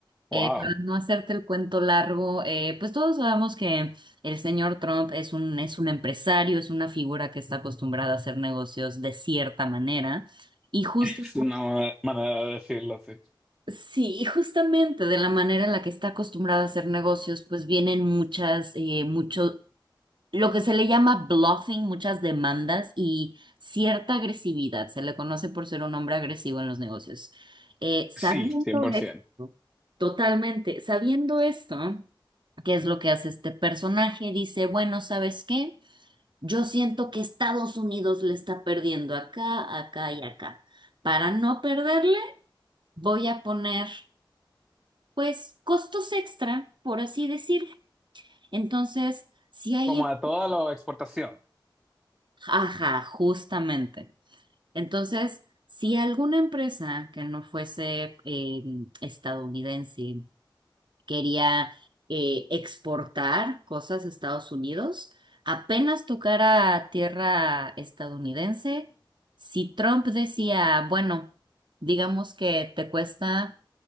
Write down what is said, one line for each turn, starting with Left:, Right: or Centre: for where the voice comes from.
Right: Eh,
Centre: Wow,
Right: para no hacerte el cuento largo, eh, pues todos sabemos que el señor Trump es un, es un empresario, es una figura que está acostumbrada a hacer negocios de cierta manera. Y justo,
Centre: es una ma- manera de decirlo así.
Right: sí, y justamente de la manera en la que está acostumbrada a hacer negocios, pues vienen muchas, eh, muchos lo que se le llama bluffing, muchas demandas y cierta agresividad. Se le conoce por ser un hombre agresivo en los negocios. Eh, sabiendo
Centre: Sí, 100%.
Right: esto, totalmente, sabiendo esto, ¿qué es lo que hace este personaje? Dice, bueno, ¿sabes qué? Yo siento que Estados Unidos le está perdiendo acá, acá y acá. Para no perderle, voy a poner, pues, costos extra, por así decirlo. Entonces, si hay...
Centre: Como a toda la exportación.
Right: Ajá, justamente. Entonces, si alguna empresa que no fuese eh, estadounidense quería eh, exportar cosas a Estados Unidos, apenas tocara tierra estadounidense, si Trump decía, bueno, digamos que te cuesta